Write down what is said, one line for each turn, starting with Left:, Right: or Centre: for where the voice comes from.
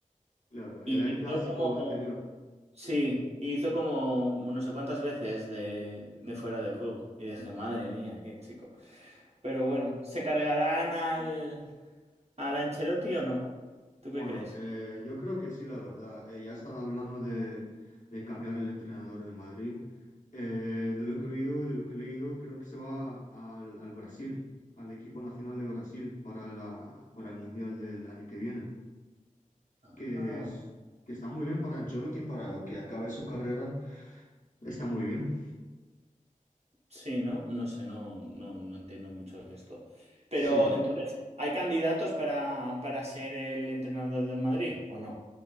Left: claro, era
Right: Y
Left: el
Right: hizo
Left: clásico
Right: como.
Left: anterior.
Right: Sí, hizo como no sé cuántas veces de, de fuera de juego. Y dije, madre mía, qué chico. Pero bueno, ¿se cargarán al, al Ancelotti o no? ¿Tú
Left: Bueno,
Right: qué crees?
Left: eh, yo creo que sí, la verdad. Eh, ya están hablando de, de cambiar el entrenador del Madrid. Eh, de lo que he oído y de lo que he leído, creo que se va al, al Brasil, al equipo nacional de Brasil para la, para el Mundial del año que viene.
Right: Ah.
Left: Que es, que está muy bien para Ancelotti, para que acabe su carrera. Está muy bien.
Right: Sí, ¿no? No sé, no, no, no entiendo mucho de esto. Pero
Left: Sí.
Right: entonces, ¿hay candidatos para, para ser el entrenador del Madrid o no?